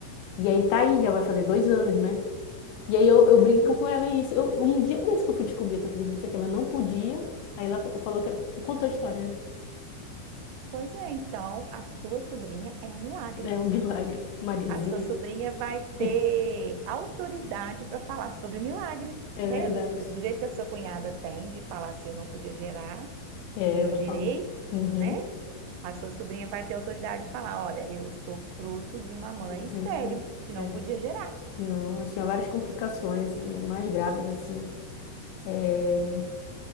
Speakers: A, on the left; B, on the right.
A: E aí tá aí, já vai fazer dois anos, né? E aí eu, eu
B: Aí,
A: brinco com ela isso. Eu- um dia desse que eu fui descobrir, tu acredita que ela não podia? Aí ela fa- falou que, contou a história,
B: pois é, então, a sua sobrinha é um milagre.
A: né? É um milagre, Mariazinha.
B: A sua sobrinha vai ter
A: <laughs>
B: autoridade para falar sobre milagres,
A: É
B: né?
A: verdade.
B: Do, do jeito que a sua cunhada tem de falar assim, eu não podia gerar
A: É,
B: e eu
A: ela
B: gerei,
A: falou. Uhum.
B: né? A sua sobrinha vai ter autoridade de falar: olha, eu sou fruto de uma mãe
A: Deu
B: estéril,
A: muito.
B: que não
A: É,
B: podia gerar.
A: não, ela tinha várias complicações, é, mais graves, assim. É,